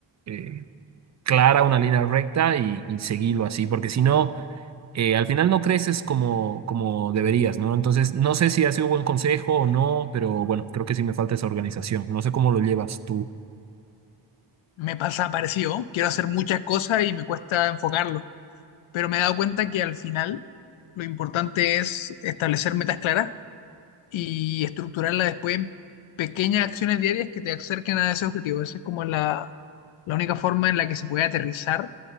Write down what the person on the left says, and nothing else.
me pasa parecido. Quiero hacer muchas cosas y me cuesta enfocarlo. pero me he dado cuenta que al final lo importante es establecer metas claras y estructurarlas después en pequeñas acciones diarias que te acerquen a ese objetivo. Esa es como la, la única forma en la que se puede aterrizar